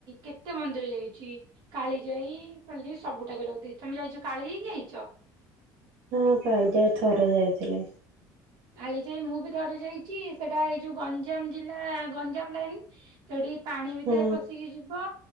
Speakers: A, on the right; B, on the right.
A: କେତେ ମନ୍ଦିର ଯାଇଚି କାଳିଯାଇ କାଳିଜାଇ ସବୁ ଠାକୁରା ତମେ ଯାଇଚ କାଳିଜାଇ ଯାଇଚ?
B: ହୁଁ କାଳିଜାଇ ଥରେ ଯାଇଥିଲି।
A: କାଳିଜାଇ ମୁଁ ବି ଥରେ ଯାଇଛି ସେଟା ଏଇ ଯୋଉ ଗଞ୍ଜାମ ଜିଲ୍ଲା ଗଞ୍ଜାମ ଲାଇନ୍ ସେଠି ପାଣି ଭିତରେ
B: ହଁ
A: ପଶିକି ଯିବ